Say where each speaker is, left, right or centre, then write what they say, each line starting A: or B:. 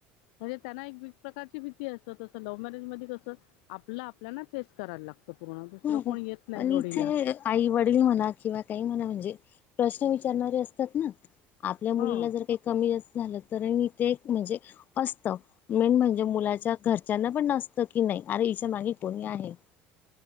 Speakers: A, on the left; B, on the left.
A: म्हणजे त्यांना एक प्रकारची भीती असत तसं लव्ह मॅरेज मध्ये कसं आपलं आप आपल्याला ना फेस करायला लागतं पूर्ण दुसरं कोण
B: हो.
A: येत नाही
B: आणि
A: जोडीला
B: इथे आई वडील म्हणा किंवा काही म्हणा म्हणजे प्रश्न विचारणारे असतात ना आपल्या मुलीला
A: ह हम्म
B: जर काही कमी-जास्त झालं तर ते म्हणजे असत. मेन म्हणजे मुलाच्या घरच्यांना पण नसतं की नाही अरे हिच्या मागे कोणी आहे